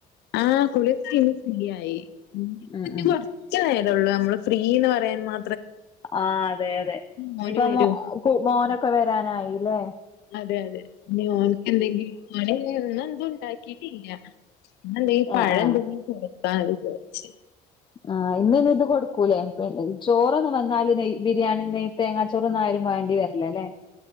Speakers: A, on the left; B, on the left.
A: ആഹ് കുളിക്കെ കഴിഞ് ഫ്രീയായി ഇഞ് ഇപ്പഞ്
B: ഉം ഉം
A: കോർച്ച് ച്ച് നെരോള്ളു നമ്മള് ഫ്രീ ഇന്ന് പറയാൻ മാ
B: ആഹ് അതെ അതെ
A: മോന്
B: ഇഞ്പ്പം
A: വരും
B: മോ മോനൊക്കെ വരാനായിലെ?
A: അതെ അതെ ഇഞ് ഓൻക്കെന്തെങ്കിലും മഴന്നെ ഇന്ന് എന്തും ഇണ്ടാകിട്ടില്ല ഞാൻ എന്തേം പഴംന്തേങ്കിലും
B: ആഹ് ആഹ്
A: പുയിങ്ങ വിചാരിച്ച്
B: ആഹ് ഇന്ന് ഇത് കൊടുക്കൂലെ പിന്നെ ചോറൊന്ന് വന്നാല് നെയ ബിരിയാണി നെയ് തേങ്ങാച്ചോറൊന്ന ആരും വേണ്ടി വരില്ല അല്ലേ